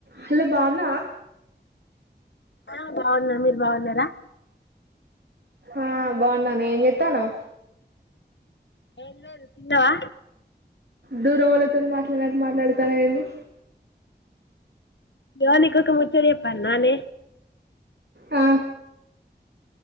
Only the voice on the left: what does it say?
ఆ బాగున్నా మీరు బాగున్నారా
ఏం చేల్ తిన్నావా
హలో నీకు ఒక ముచ్చట చెప్పాలనా నే